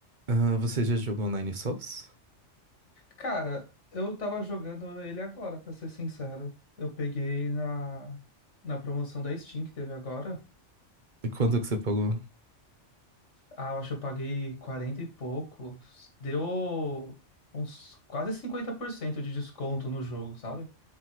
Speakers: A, on the right (about 40°); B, on the left (about 80°).
A: Ah, você já jogou Nine Sols?
B: Cara, eu tava jogando ele agora, pra ser sincero. Eu peguei na, na promoção da Steam que teve agora.
A: E quanto que você pagou?
B: Ah, eu acho que eu paguei 40 e poucos. Deu uns quase 50% de desconto no jogo, sabe?